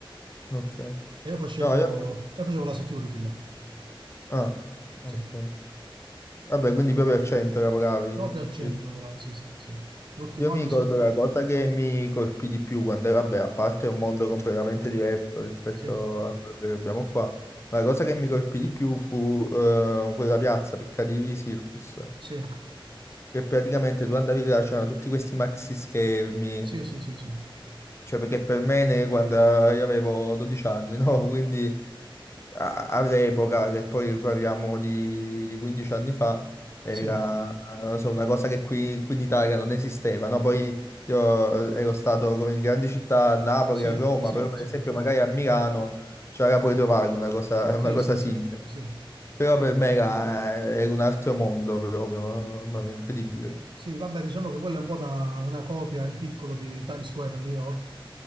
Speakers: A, on the left; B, on the right.
A: ok.
B: E io facevo,
A: No, io...
B: io facevo la security là,
A: Ah, ok.
B: sì,
A: Vabbè, quindi proprio al centro lavoravi.
B: proprio al centro
A: eh,
B: lavoravo, sì, sì, sì. L'ultimo
A: Io
B: anno
A: mi ricordo
B: sì,
A: la cosa che mi colpì di più quando, vabbè, a parte è un mondo completamente diverso rispetto
B: sì,
A: a quello che abbiamo qua, ma la cosa che mi colpì di più fu eh, quella piazza Piccadilly Circus,
B: sì,
A: che praticamente tu andavi là, c'erano tutti questi maxi schermi,
B: sì, sì, sì, sì.
A: cioè, perché per me ne- quando io avevo 12 anni, <laughs> no? Quindi a- all'epoca, che poi parliamo di, di 15 anni fa, era,
B: Sì,
A: non so, una cosa che qui, qui in Italia non esisteva, no? Poi io ero stato come in grandi città, a Napoli,
B: sì,
A: a Roma,
B: sì,
A: però per
B: sì,
A: esempio magari a Milano c'era pure trovare una cosa,
B: sì,
A: una cosa
B: sì,
A: simile.
B: sì, sì.
A: Però per me era, era un altro mondo proprio, mamma mia, incredibile.
B: Sì, vabbè, diciamo che quella è un po' una, una copia in piccolo di Times Square a New York.